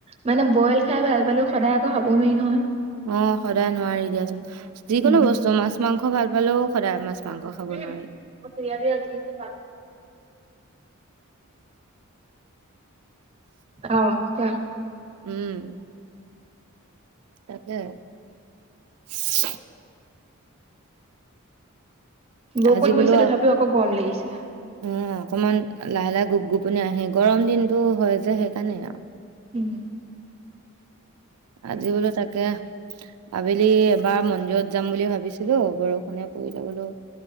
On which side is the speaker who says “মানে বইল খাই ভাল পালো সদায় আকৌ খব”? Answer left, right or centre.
Right